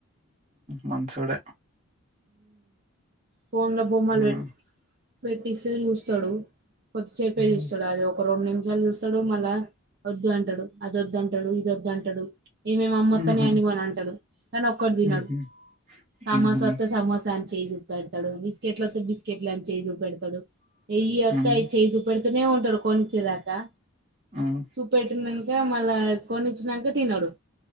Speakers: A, on the right (about 30°); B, on the right (about 50°).
A: మనసోడ
B: ఫోన్ లో బొమ్మలు
A: హ్మ్.
B: పెట్ పెట్టిస్తే చూస్తాడు కొద్దిసేపే
A: హ్మ్.
B: చూస్తడు అది ఒక రెండు నిమిషాలు చూస్తాడు మళ్ళ వద్దు అంటాడు అది వద్ అంటాడు ఇది వద్దు అంటాడు ఏమేమి అమ్మత్తానే
A: హుహు.
B: అని కొని అంటాడు కానీ ఒక్కటి తినడు
A: హుహు.
B: సామాస
A: హుహు.
B: సమోసాని చే పెడాడు బిస్కెట్ లో బిస్ ఎట్లాని చేజూప పెడతాడు వెయ్యి వత్తాయి
A: హ్మ్.
B: చేయి చూ పెడుతనే ఉంటాడు కొనిచ్చేదాకా
A: హ్మ్.
B: చూప పెట్టినక మళ్ళా కొనిచ్చినక తినడు